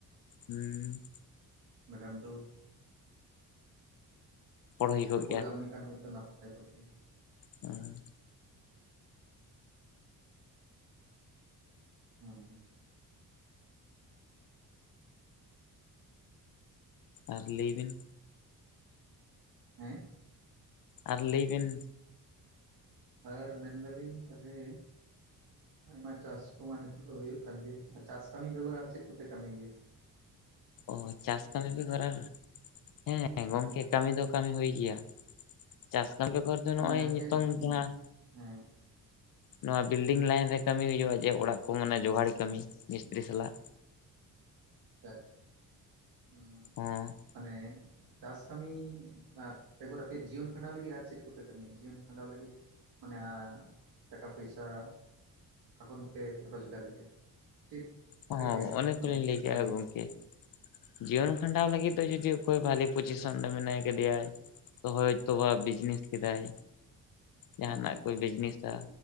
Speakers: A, on the left; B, on the right.
A: ᱦᱩᱸ᱾
B: ᱵᱟᱠᱷᱟᱱ ᱛᱳ᱾
A: ᱦᱩᱭ ᱠᱚᱜ
B: ᱨᱚᱯᱚᱲ ᱜᱟᱱ ᱞᱮᱠᱷᱟᱱ ᱦᱳᱭ ᱛᱚ ᱱᱟᱯᱟᱭ ᱠᱚᱜ ᱠᱮᱭᱟ᱾
A: ᱦᱮᱸ᱾
B: ᱦᱮᱸ᱾
A: ᱟᱨ ᱞᱟᱹᱭ ᱵᱮᱱ᱾
B: ᱦᱮᱸ᱾
A: ᱟᱨ ᱞᱟᱹᱭ ᱵᱮᱱ᱾
B: ᱟᱨ ᱢᱮᱱ ᱫᱟᱞᱤᱧ ᱛᱟᱦᱚᱞᱮ᱾ ᱟᱭᱢᱟ ᱪᱟᱥ ᱠᱚᱢᱟ ᱱᱤᱛᱚᱜ ᱫᱚ ᱦᱩᱭᱩᱜ ᱠᱟᱱ ᱜᱮ ᱟᱨ ᱪᱟᱥ ᱠᱟᱹᱢᱤ ᱵᱮᱜᱚᱨ ᱟᱨ ᱪᱮᱫ ᱠᱚᱯᱮ ᱠᱟᱹᱢᱤ ᱜᱮᱭᱟ?
A: ᱚᱸ ᱪᱟᱥ ᱠᱟᱹᱢᱤ ᱵᱮᱜᱚᱨ ᱟᱨ ᱦᱮᱸ ᱜᱚᱝᱠᱮ ᱠᱟᱹᱢᱤ ᱫᱚ ᱠᱟᱹᱢᱤ ᱦᱩᱭ ᱜᱮᱭᱟ᱾ ᱪᱟᱥ ᱠᱟᱹᱢᱤ ᱵᱮᱜᱚᱨ ᱫᱚ ᱱᱚᱜᱼᱚᱭ
B: ᱢᱟᱱᱮ ᱟᱯᱮᱭᱟᱜ
A: ᱱᱤᱛᱚᱝ
B: ᱦᱮᱸ
A: ᱡᱟᱦᱟᱸ᱾
B: ᱟᱪᱪᱷᱟ
A: ᱱᱚᱣᱟ ᱵᱤᱞᱰᱤᱝ ᱞᱟᱭᱤᱱ ᱨᱮ ᱠᱟᱹᱢᱤ ᱦᱩᱭᱩᱜᱼᱟ, ᱡᱮ ᱚᱲᱟᱜ ᱠᱚ ᱢᱟᱱᱮ ᱡᱳᱜᱟᱲᱤ ᱠᱟᱹᱢᱤ ᱢᱤᱥᱛᱤᱨᱤ ᱥᱟᱞᱟᱜ᱾
B: ᱟᱪᱪᱷᱟ ᱟᱪᱪᱷᱟ, ᱦᱩᱸ᱾
A: ᱦᱮᱸ᱾
B: ᱢᱟᱱᱮ᱾ ᱪᱟᱥ ᱠᱟᱹᱢᱤ ᱵᱟ ᱵᱮᱜᱚᱨ ᱟᱯᱮ ᱡᱤᱭᱚᱱ ᱠᱷᱟᱸᱰᱟᱣ ᱞᱟᱹᱜᱤᱫ ᱟᱨ ᱪᱮᱫ ᱠᱚᱯᱮ ᱠᱟᱹᱢᱤᱭᱟ ᱡᱤᱭᱚᱱ ᱠᱷᱟᱸᱰᱟᱣ ᱞᱟᱹᱜᱤᱫ? ᱢᱟᱱᱮ ᱟᱸ ᱴᱟᱠᱟ ᱯᱚᱭᱥᱟ ᱚᱠᱟᱠᱷᱚᱱ ᱯᱮ ᱨᱳᱡᱽᱜᱟᱨ ᱜᱮᱭᱟ? ᱪᱮᱫ <inaudible>
A: ᱦᱚᱸ
B: ᱠᱟᱛᱮ
A: ᱚᱱᱮ ᱛᱚᱞᱤᱧ
B: ᱢᱟᱱᱮ ᱪᱮᱫ?
A: ᱞᱟᱹᱭ ᱠᱮᱜᱼᱟ
B: ᱠᱟᱹᱢᱤ
A: ᱜᱚᱝᱠᱮ
B: ᱠᱟᱛᱮ
A: ᱡᱤᱭᱚᱱ ᱠᱷᱟᱸᱰᱟᱣ ᱞᱟᱹᱜᱤᱫ ᱫᱚ ᱡᱩᱫᱤ ᱚᱠᱚᱭ ᱵᱷᱟᱞᱤ ᱯᱚᱡᱤᱥᱚᱱ ᱫᱚ ᱢᱮᱱᱟᱭ ᱠᱟᱫᱮᱭᱟᱭ᱾ ᱦᱳᱭ ᱛᱚ ᱵᱟ ᱵᱤᱡᱽᱱᱮᱥ ᱠᱮᱫᱟᱭ᱾ ᱡᱟᱦᱟᱱᱟᱜ
B: ᱟᱪᱪᱷᱟ
A: ᱠᱚᱭ
B: ᱟᱪᱪᱷᱟ
A: ᱵᱤᱡᱽᱱᱮᱥ ᱫᱟ